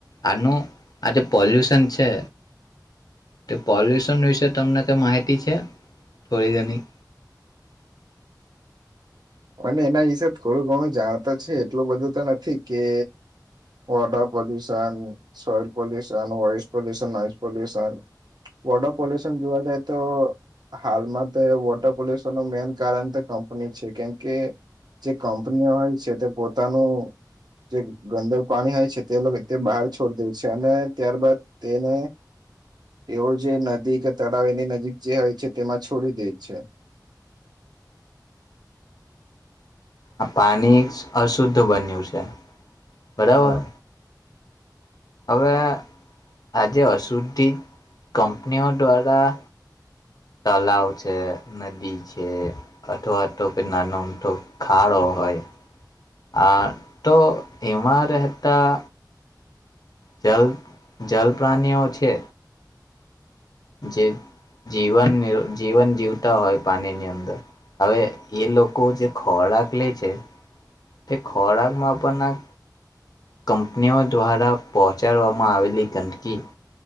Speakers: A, on the left (about 60°); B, on the right (about 65°).
A: આનું આજે પોલ્યુશન છે, તે પોલ્યુશન વિશે તમને તો માહિતી છે થોડી ઘણી?
B: અને એના વિશે થોડું ઘણું જાણ તો છે એટલું બધું તો નથી કે water pollution, soil pollution, voice pollution, noise pollution. Water pollution જોવા જાય તો હાલમાં તો વોટર પોલ્યુશનનું મેન કારણ તે કંપની છે કેમ કે જે કંપનીઓ હોય છે તે પોતાનું જે ગંદુ પાણી હોય છે તે લોકો તે બહાર છોડી દે છે અને ત્યારબાદ તેને એવો જે નદી કે તળાવ એની નજીક જે હોય છે તેમાં છોડી દે છે. <inaudible>
A: આ પાણી અશુદ્ધ બન્યું છે. બરાબર.
B: હા
A: હવે આજે અશુદ્ધિત કંપનીઓ દ્વારા. તલાવ છે નદી છે અથવા તો કોઈ નાનો મોઠો ખાડો હોય આ તો એમાં રહેતા જલ જલ પ્રાણીઓ છે. જે જીવન જીવન જીવતા હોય પાણીની અંદર હવે એ લોકો જે ખોરાક લે છે તે ખોરાકમાં પણ. કંપનીઓ દ્વારા પહોંચાડવામાં આવેલી ગંદકી